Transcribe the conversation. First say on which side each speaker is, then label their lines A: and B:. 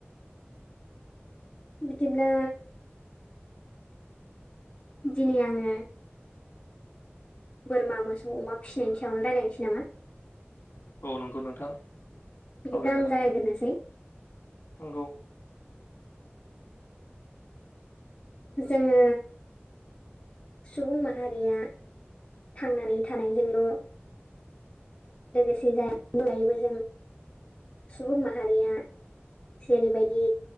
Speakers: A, on the left (about 30°); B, on the left (about 65°).
A: बिदिब्ला दिनै आङो बोरमा मोसौ अमा फिसिनायनि सायावनो रायज्लायनोसै नामा?
B: औ नंगौ नोंथां सावरायजागोन
A: बिदिब्ला आं जागायग्रोनोसै
B: नोंथां नंगौ।
A: जोङो सुबुं माहारिया थांनानै थानायजोंल' लोगोसे जाय अनगायैबो जों सुबुं माहारिया जेरैबायदि